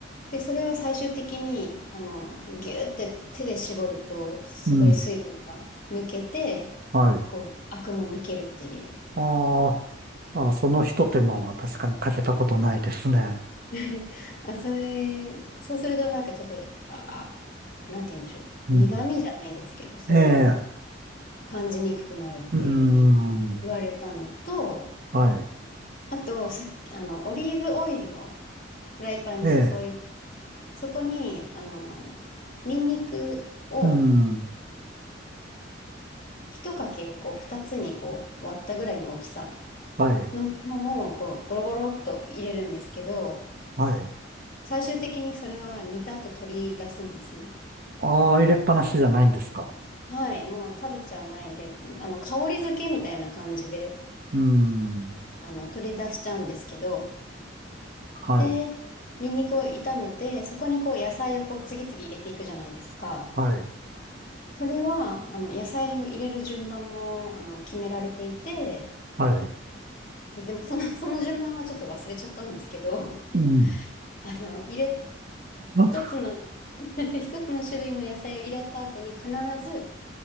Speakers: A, on the left; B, on the right.
A: で、それを最終的に、あの、ギューって手で絞ると、すごい水分が抜けて、
B: うん、はい。
A: こう、アクも抜けるっていう。
B: ああ、あ、その一手間は確かにかけたことないですね。
A: <laughs> あ、それ、そうするとなんかちょっと、あ、なんて言うんでしょう。
B: うん。
A: 苦味じゃないですけど、そういうのを
B: ええ、
A: 感じにくくなるっていうふうに言われたのと、
B: うん、はい。
A: あと、さっき、あの、オリーブオイルをフライパンに注いで、
B: ええ、
A: そこに、あの、ニンニクを
B: うん、
A: 一かけをこう二つにこう割ったぐらいの大きさ
B: はい、
A: のものをこうゴロゴロっと入れるんですけど、
B: はい。
A: 最終的にそれは煮た後取り出すんですね。
B: ああ、入れっぱなしじゃないんですか。
A: はい、もう食べちゃわないで、あの香り付けみたいな感じで
B: うん、
A: あの取り出しちゃうんですけど、
B: はい、
A: で、ニンニクを炒めて、そこにこう野菜をこう次々入れていくじゃないですか。
B: はい、
A: それはあの野菜を入れる順番もあの決められていて、
B: はい。
A: でもその、その順番はちょっと忘れちゃったんですけど、
B: うん。
A: あの、入れ、
B: あ、
A: 一つの <laughs> 一つの種類の野菜を入れた後に必ず